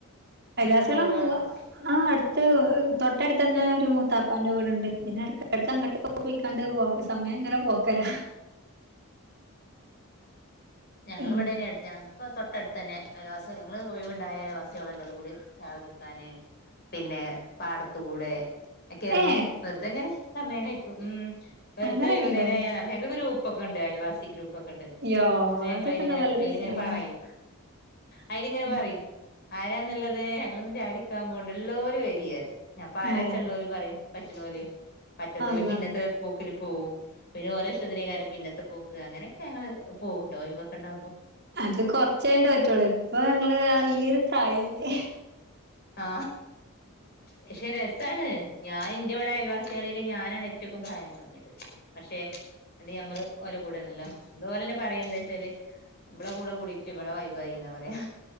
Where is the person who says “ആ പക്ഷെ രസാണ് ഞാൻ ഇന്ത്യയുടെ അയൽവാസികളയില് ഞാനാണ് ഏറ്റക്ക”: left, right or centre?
Left